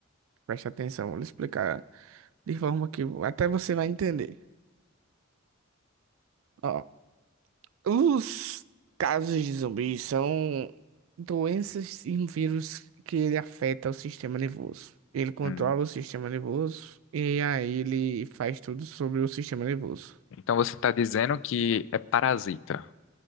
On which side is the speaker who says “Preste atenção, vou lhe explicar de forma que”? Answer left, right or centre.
Right